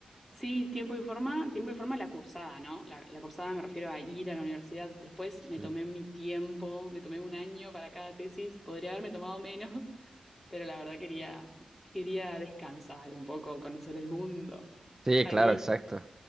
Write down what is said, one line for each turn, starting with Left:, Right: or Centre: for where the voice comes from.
Centre: Sí, tiempo y forma, tiempo y forma la cursada, ¿no? La, la cursada me refiero a ir a la universidad. Después
Right: Sí.
Centre: me tomé mi tiempo, me tomé un año para cada tesis. Podría haberme tomado menos, <laughs> pero la verdad quería, quería descansar un poco, conocer el mundo,
Right: Sí,
Centre: salir.
Right: claro, exacto.